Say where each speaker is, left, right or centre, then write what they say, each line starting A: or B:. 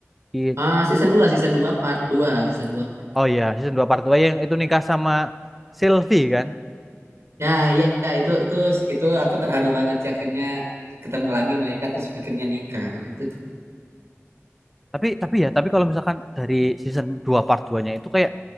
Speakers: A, in the centre; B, on the right.
A: Itu,
B: Ah, season dua season 2 part 2 season dua.
A: oh ya, season 2 part 2 yang itu nikah sama Sylvie kan.
B: Ya, iya iya, itu itu itu aku terharu banget sih akhirnya ketemu lagi mereka terus akhirnya nikah. Itu
A: Tapi, tapi ya, tapi kalau misalkan dari season 2 part 2-nya itu kayak,